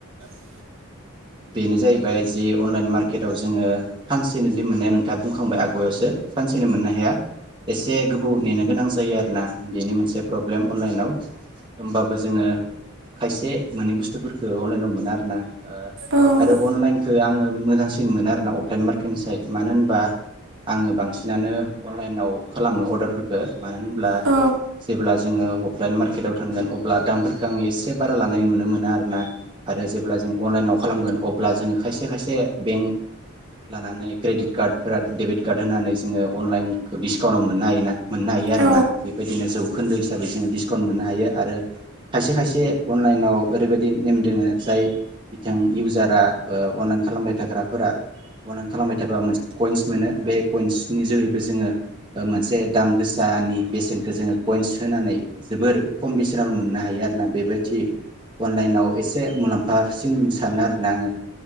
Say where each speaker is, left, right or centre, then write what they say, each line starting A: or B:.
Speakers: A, on the right; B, on the right.
A: जेनेबा अफलाइन मार्केटाव मोनाखै बेखौ जोङो गोरलैयैनो अनलाइन मार्केटाव मोननो हायो आरो ना नाथाय ओ
B: बेनो जाहैबाय जि अनलाइन मार्केटाव जोङो खानसेनो दि मोननाया नोंथाङा बुंखांबाय आगायावसो सानसेनो मोननो हाया। एसे गोबाव नेनो गोनां जायो आरोना। बेनि मोनसे प्रब्लेम अनलाइनाव। होमबाबो जोङो खायसे मोनै बुस्थुफोरखौ अनलाइनाव मोना आरो ना। ओ
A: अनलाइनाव
B: आरो
A: औ
B: अनलाइनखौ आङो मोजांसि सिन मोनो आरोना अफलाइन मार्केटनि साइ मानो होनबा आङो बांसिनानो अनलाइनाव खालामो अर्डारफोरखौ मानो होनब्ला
A: औ
B: जेब्ला जोङो अफलाइन मार्केटाव थांगोन अब्ला दामफोरखौ आङो एसे बारा लानाय नुनो मोना आरो ना। आरो जेब्ला जों अनलाइनाव खालामगोन अब्ला जोङो खायसे खायसे खायसे बेंक लानानै क्रेडिट कार्डफोरा देबिट कार्ड होनानै जोङो अनलाइनखो बि मोननो हायोना मोननो हायो आरोना
A: औ
B: बेदिनो जौखोनदो हिसाबै जोङो डिसकाउन्ट मोननो हायो। आरो खायसे खायसे अनलाइनाव ओरैबायदि नेम दोङो जाय बिथां इउ जारा ओ अनलाइन खालामबाय थाग्राफोरा अनलाइन खालामबाय थाबा मोनसे कइन्स मोनो बे कइन्सनि जोहैबो जोङो। मोनसे दाम गोसानि बेसेनखौ जोङो कइन्स होनानै जोबोर खम बेसेनावनो मोननो हायो आरोना बेबायदि थि अनलाइनाव एसे मुलामफासिन सानो आरोना आङो।